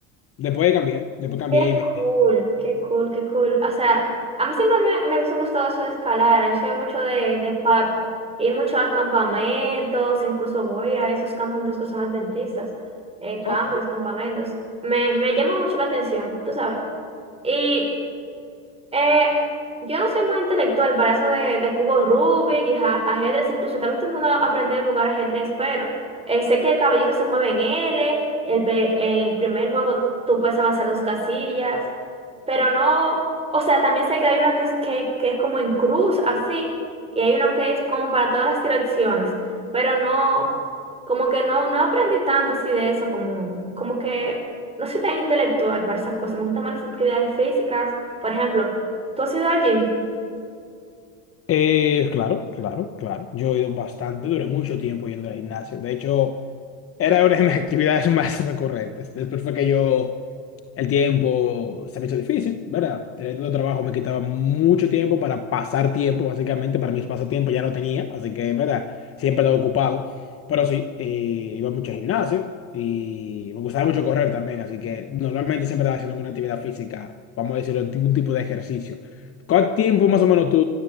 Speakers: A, on the left; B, on the right.
A: Después cambié, después cambié
B: Qué
A: y me...
B: cool, qué cool, qué cool. O sea, a mí siempre me, me hubiese gustado eso de escalar. Yo soy mucho de, de pub, ir mucho a los campamentos, incluso voy a esos campamentos que son adventistas, eh, campers,
A: Ok.
B: campamentos. Me, me llama mucho la atención, tú sabes. Y eh, yo no soy muy intelectual para eso de, de cubos Rubik y ja- ajedrez, incluso también estoy intentando aprender a jugar ajedrez, pero eh, sé que el caballito se mueve en L, el, pe- el primer juego tú puedes avanzar dos casillas, pero no, o sea, también sé que hay una que es, que, que es como en cruz, así, y hay una que es como para todas las direcciones, pero no, como que no, no aprendí tanto así de eso, como, como que no soy tan intelectual para esas cosas, me gustan más las actividades físicas, por ejemplo. ¿Tú has ido al gym?
A: Eh, claro, claro, claro. Yo he ido bastante, duré mucho tiempo yendo al gimnasio. De hecho... Era una de mis <laughs> actividades más recurrentes. Después fue que yo, el tiempo se me hizo difícil, ¿verdad? Tener tanto trabajo me quitaba mucho tiempo para pasar tiempo, básicamente, para mis pasatiempos ya no tenía, así que, ¿verdad? Siempre estaba ocupado. Pero sí, eh, iba mucho al gimnasio y me gustaba mucho correr también, así que normalmente siempre estaba haciendo alguna actividad física, vamos a decirlo, algún tipo de ejercicio. ¿Cuánto tiempo más o menos tú